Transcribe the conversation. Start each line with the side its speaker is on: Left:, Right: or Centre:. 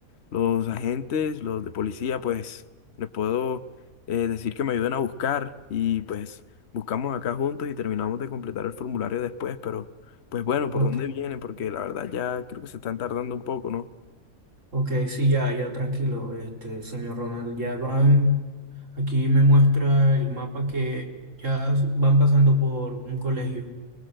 Left: Los agentes, los de policía, pues les puedo eh, decir que me ayuden a buscar y pues buscamos acá juntos y terminamos de completar el formulario después, pero pues bueno, ¿por
Right: Ok,
Left: dónde viene? Porque la verdad ya creo que se están tardando un poco, ¿no?
Right: ok, sí, ya, ya, tranquilo, este, señor Ronald, ya van, aquí me muestra el mapa que ya van pasando por un colegio.